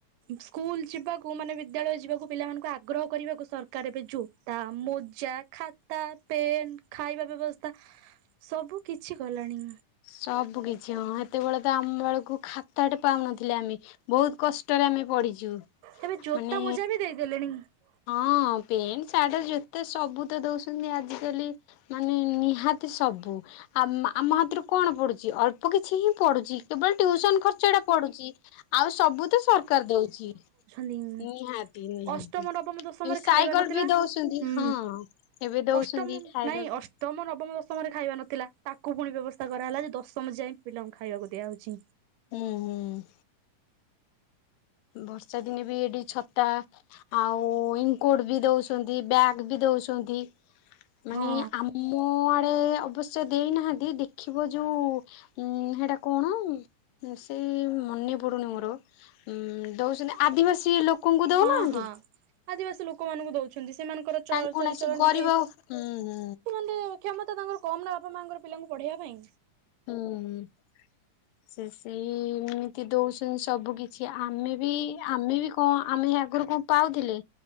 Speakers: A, on the right; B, on the left.
A: ସ୍କୁଲ ଯିବାକୁ ମାନେ ବିଦ୍ୟାଳୟ ଯିବାକୁ ପିଲାମାନଙ୍କୁ ଆଗ୍ରହ କରିବାକୁ ସରକାର ଏବେ ଜୋତା, ମୋଜା, ଖାତା, ପେନ୍, ଖାଇବା ପିଇବା ବ୍ୟବସ୍ଥା ସବୁ କିଛି କଲାଣି।
B: ସବୁ କିଛି ହଁ ସେତେବେଳେ ତ ଆମ ବେଳକୁ ଖାତାଟେ ପାଉନଥିଲେ ଆମେ ବହୁତ କଷ୍ଟରେ ଆମେ ପଢ଼ିଛୁ।
A: ଏବେ ଜୋତା
B: ମାନେ
A: ମୋଜା ବି ଦେଇଦେଲେଣି ହୁଁ।
B: ହଁ ପେଣ୍ଟ, ସାର୍ଟ, ଜୋତା ସବୁ ତ ଦଉଛନ୍ତି ଆଜିକାଲି ମାନେ ନିହାତି ସବୁ ଆ-ଆମ ହାତରୁ କଣ ପଡୁଛି ଅଳ୍ପ କିଛି ହିଁ ପଡୁଛି କେବଳ ଟ୍ୟୁସନ ଖର୍ଚ୍ଚ ଟା ପଡୁଛି ଆଉ ସବୁ ତ ସରକାର ଦଉଛି।
A: ନିଁ
B: ନିହାତି ନିହାତି
A: ଅଷ୍ଟମ ନବ ବମ ଦଶମରେ
B: ସାଇକେଲ
A: ଖାଇବା ନଥିଲା
B: ବି ଦଉଛନ୍ତି
A: ହୁଁ।
B: ହଁ ଏବେ ଦଉଛନ୍ତି
A: ଅଷ୍ଟମ
B: ଖାଇବାକୁ
A: ନାଇଁ ଅଷ୍ଟମ, ନବମ, ଦଶମ ଦଶମରେ ଖାଇବା ନଥିଲା ତାକୁ ପୁଣି ବ୍ୟବସ୍ଥା କରାହେଲା ଯେ ଦଶମ ଯାଇ ପିଲାଙ୍କୁ ଖାଇବାକୁ ଦିଆହଉଛି।
B: ହୁଁ ହୁଁ। ବର୍ଷାଦିନେ ବି ଏଠି ଛତା ଆଉ ଇନକୋଡ ବି ଦଉଛି ଚନ୍ତି, ବ୍ୟାଗ୍ ବି ଦଉଛନ୍ତି,
A: ହଁ
B: ମାନେ ଆମ ଆଡେ ସେ ଦେଇନାହାଁନ୍ତି ଦେଖିବ ଯୋଉ, ଉମ୍ ସେଇଟା କଣ? ସେ ମନେ ପଡୁନି ମୋର ଉମ୍ ଦଉଛନ୍ତି ଆଦିବାସୀ ଲୋକ କଙ୍କୁ ଦଉନାହାଁନ୍ତି
A: ହଁ ହଁ। ଆଦିବାସୀ ଲୋକମାନଙ୍କୁ ଦଉଛନ୍ତି, ସେମାନଙ୍କର ଚ
B: ତାଙ୍କୁ
A: ଚାଲିଚଳନ
B: ନା ସେ ଗରିବ
A: ଟିକେ
B: ହୁଁ ହୁଁ
A: ସେମାନେ କ୍ଷମତା ତାଙ୍କର କମ୍ ନା ବାପା ମାଆଙ୍କର ପିଲାଙ୍କୁ ପଢେଇବା ପାଇଁ
B: ହୁଁ ସେ ସେଇ ଏମିତି ଦଉଛନ୍ତି ସବୁକିଛି, ଆମେ ବି ଆମେ ବି କଣ ଆମେ ଆଗୁ ରୁ କଣ ପାଉଥିଲେ,